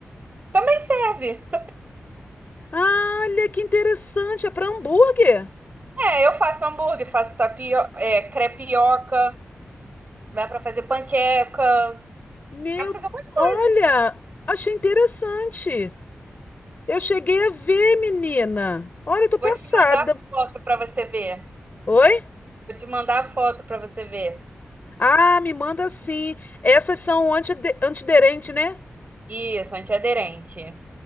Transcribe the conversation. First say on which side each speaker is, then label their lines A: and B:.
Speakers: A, on the right (about 40°); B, on the left (about 40°).
A: Também serve.
B: Ah, Olha que interessante, é para hambúrguer.
A: É, eu faço hambúrguer, faço tapio, é, crepioca, dá pra fazer panqueca,
B: Meu,
A: dá pra fazer um monte de
B: olha,
A: coisa.
B: achei interessante. Eu cheguei a ver, menina. Olha, eu tô passada.
A: Vou te mandar foto para você ver.
B: Oi?
A: Vou te mandar foto para você ver.
B: Ah, me manda sim. Essas são anti antiderente, né?
A: Isso, antiaderente.